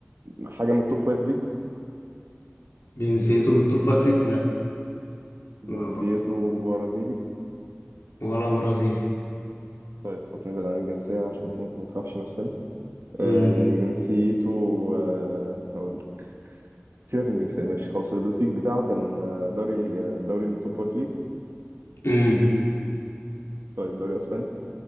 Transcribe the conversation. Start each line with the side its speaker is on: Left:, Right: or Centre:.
Right: حاجة من التوب فايف ليجز
Left: جنسيته من التوب فايف ليجز لا
Right: جنسيته
Left: لا برضه
Right: برازيلي
Left: ولا برازيلي
Right: طيب خلاص نبعد عن الجنسية عشان إيه ما نطرحش نفسنا
Left: امم
Right: آه، جنسيته آه، هقول لك سيبك من الجنسية ماشي خلاص البيك بتاعه كان آه، دوري آه، دوري من توب فايف ليجز
Left: امم
Right: طيب دوري أسباني